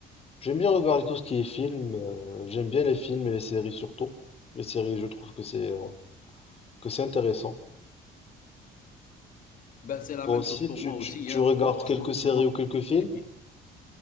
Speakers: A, on the left (about 35°); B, on the left (about 50°).
A: J'aime bien regarder tout ce qui est film. euh, j'aime bien les films et les séries surtout. Les séries, je trouve que c'est euh,
B: euh,
A: que c'est intéressant.
B: Ben, c'est la
A: Toi
B: même
A: aussi,
B: chose pour
A: tu,
B: moi aussi,
A: tu, tu
B: hein.
A: regardes
B: Non,
A: quelques
B: je vois
A: séries
B: je vois
A: ou
B: pas
A: quelques
B: trop
A: films?
B: de séries.